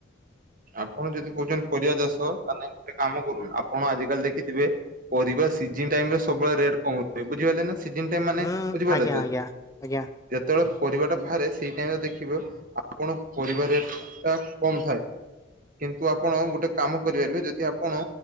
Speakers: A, on the right (about 45°); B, on the left (about 15°).
A: ଆପଣ ଯଦି କହୁଛନ୍ତି ପରିବା ଚାଷ ତାହାଲେ ଗୋଟେ କାମ କରୁନ ଆପଣ ଆଜି କାଲି ଦେଖିଥିବେ। ପରିବା ସିଜିନ୍ ଟାଇମ୍ ରେ ସବୁବେଳେ ରେଟ୍ କମ୍ ବୁଝିପାଇଲେ ନା। ସିଜିନ୍ ମାନେ
B: ହୁଁ
A: ବୁଝିପାରିଲେ
B: ଆଜ୍ଞା
A: ତ।
B: ଆଜ୍ଞା ଆଜ୍ଞା
A: ଯେତେବେଳେ ପରିବା ଟା ବାହାରେ ସେଇ ଟାଇମରେ ଦେଖିବେ ଆପଣ ପରିବା ରେଟ୍ ଟା କମ୍ ଥାଏ। କିନ୍ତୁ ଆପଣ ଗୋଟେ କାମ କରିପାରିବେ। ଯଦି ଆପଣ